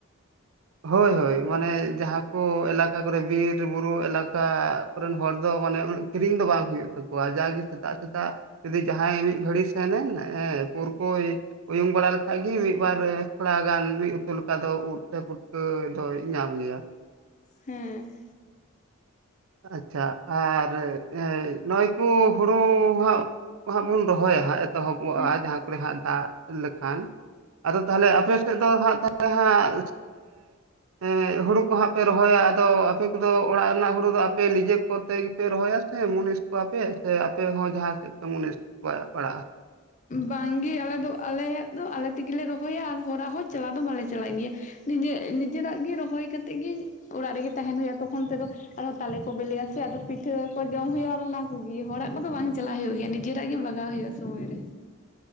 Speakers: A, on the right (about 75°); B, on the left (about 35°).
A: ᱦᱳᱭ ᱦᱳᱭ ᱢᱟᱱᱮ ᱡᱟᱦᱟᱸ ᱠᱚ ᱮᱞᱟᱠᱟ ᱠᱚᱨᱮ ᱵᱤᱨ ᱵᱩᱨᱩ ᱮᱞᱟᱠᱟ ᱟᱛᱩᱨᱮᱱ ᱦᱚᱲ ᱫᱚ ᱢᱟᱱᱮ ᱩᱱᱟᱹᱜ ᱠᱤᱨᱤᱧ ᱫᱚ ᱵᱟᱝ ᱦᱩᱭᱩᱜ ᱛᱟᱠᱚᱣᱟ ᱡᱟ ᱜᱮ ᱥᱮᱛᱟᱜ ᱥᱮᱛᱟᱜ ᱡᱩᱫᱤ ᱡᱟᱦᱟᱸᱭ ᱢᱤᱫ ᱜᱷᱟᱹᱲᱤᱡ ᱥᱮᱱᱼᱮᱱ ᱯᱩᱨ ᱠᱚᱭ ᱩᱭᱩᱝ ᱵᱟᱲᱟ ᱞᱮᱠᱷᱟᱱ ᱜᱮ ᱢᱤᱫᱵᱟᱨ ᱛᱷᱚᱲᱟ ᱜᱟᱱ ᱢᱤᱫ ᱩᱛᱩ ᱞᱮᱠᱟ ᱫᱚ ᱩᱫᱽ ᱥᱮ ᱠᱟᱹ ᱫᱚᱭ ᱧᱟᱢ ᱜᱮᱭᱟ᱾
B: ᱦᱮᱸ
A: ᱟᱪᱪᱷᱟ ᱟᱨ ᱱᱚᱜᱼᱚᱭ ᱠᱚ ᱦᱩᱲᱩ ᱦᱟᱸᱜ ᱚᱱᱟ ᱵᱚᱱ ᱨᱚᱦᱚᱭᱟ ᱦᱟᱸᱜ ᱮᱛᱚᱦᱚᱵᱚᱜᱼᱟ
B: ᱦᱮᱸ
A: ᱡᱟᱦᱟᱸ ᱠᱚᱨᱮ ᱦᱟᱸᱜ ᱫᱟᱜ ᱞᱮᱠᱷᱟᱱ, ᱟᱫᱚ ᱛᱟᱦᱚᱞᱮ ᱟᱯᱮ ᱥᱮᱫ ᱫᱚ ᱦᱟᱸᱜ ᱛᱟᱦᱚᱞᱮ ᱦᱟᱸᱜ ᱮ ᱦᱩᱲᱩ ᱠᱚ ᱦᱟᱸᱜ ᱯᱮ ᱨᱚᱦᱚᱭᱟ ᱟᱫᱚ ᱟᱯᱮ ᱠᱚᱫᱚ ᱚᱲᱟᱜ ᱨᱮᱱᱟᱜ ᱦᱩᱲᱩ ᱫᱚ ᱟᱯᱮ ᱱᱤᱡᱮ ᱠᱚᱛᱮ ᱜᱮᱯᱮ ᱨᱚᱦᱚᱭᱟ ᱥᱮ ᱢᱩᱱᱤᱥ ᱠᱚᱣᱟᱯᱮ ᱥᱮ ᱟᱯᱮ ᱦᱚᱸ ᱡᱟᱦᱟᱸ ᱥᱮᱫ ᱯᱮ ᱢᱩᱱᱤᱥ ᱠᱚᱣᱟᱜ ᱯᱟᱲᱟᱜᱼᱟ᱾
B: ᱵᱟᱝᱜᱮ ᱟᱞᱮ ᱫᱚ ᱟᱞᱮᱭᱟᱜ ᱫᱚ ᱟᱞᱮ ᱛᱮᱜᱮ ᱞᱮ ᱨᱚᱦᱚᱭᱟ ᱟᱨ ᱦᱚᱲᱟᱜ ᱦᱚᱸ ᱪᱟᱞᱟᱣ ᱫᱚ ᱵᱟᱞᱮ ᱪᱟᱞᱟᱜ ᱜᱮᱭᱟ᱾ ᱱᱤᱡᱮ ᱱᱤᱡᱮᱨᱟᱜ ᱜᱮ ᱨᱚᱦᱚᱭ ᱠᱟᱛᱮᱫ ᱜᱮ ᱚᱲᱟᱜ ᱨᱮᱜᱮ ᱛᱟᱦᱮᱱ ᱦᱩᱭᱩᱜᱼᱟ ᱛᱚᱠᱷᱚᱱ ᱛᱮᱫᱚ ᱟᱨᱦᱚᱸ ᱛᱟᱞᱮ ᱠᱚ ᱵᱤᱞᱮ ᱦᱮᱥᱮ ᱟᱫᱚ ᱯᱤᱴᱷᱟᱹ ᱠᱚ ᱡᱚᱢ ᱦᱩᱭᱩᱜᱼᱟ ᱟᱨ ᱚᱱᱟ ᱠᱚᱜᱮ ᱦᱚᱲᱟᱜ ᱠᱚᱫᱚ ᱵᱟᱝ ᱪᱟᱞᱟᱜ ᱦᱩᱭᱩᱜ ᱜᱮᱭᱟ ᱱᱤᱡᱮᱨᱟᱜ ᱜᱮ ᱵᱟᱜᱟᱣ ᱦᱩᱭᱩᱜᱼᱟ᱾ ᱥᱚᱢᱚᱭ ᱨᱮ